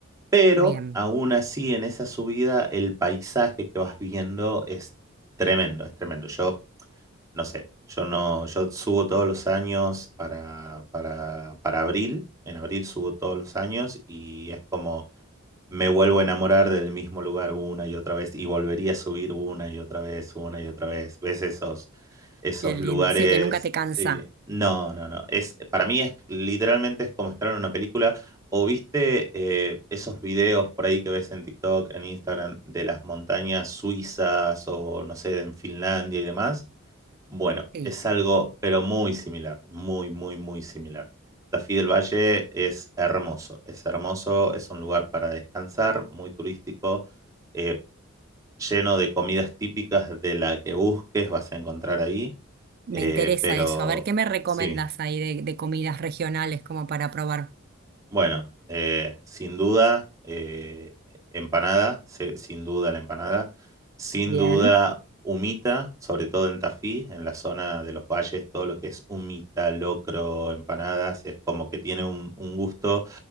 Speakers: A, on the right; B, on the right.
A: pero
B: bien.
A: aún así en esa subida el paisaje que vas viendo es tremendo, es tremendo. Yo no sé, yo no, yo subo todos los años para, para, para abril, en abril subo todos los años y es como me vuelvo a enamorar del mismo lugar una y otra vez y volvería a subir una y otra vez, una y otra vez. ¿Ves esos, esos
B: Qué lindo.
A: lugares?
B: Sí, que nunca te cansa.
A: Sí. No, no, no. Es, para mí es literalmente es como estar en una película. ¿O viste eh, esos videos por ahí que ves en TikTok, en Instagram, de las montañas suizas o no sé, en Finlandia y demás? Bueno,
B: Sí,
A: es algo, pero muy similar, muy, muy, muy similar. Tafí del Valle es hermoso, es hermoso, es un lugar para descansar, muy turístico, eh, lleno de comidas típicas de la que busques, vas a encontrar ahí,
B: me
A: eh,
B: interesa
A: pero
B: eso. A ver, ¿qué me recomiendas
A: sí,
B: ahí de, de comidas regionales como para probar?
A: Bueno, eh, sin duda, eh, empanada, se- sin duda la empanada, sin
B: Bien,
A: duda humita, sobre todo en Tafí, en la zona de los valles, todo lo que es humita, locro, empanadas, es como que tiene un, un gusto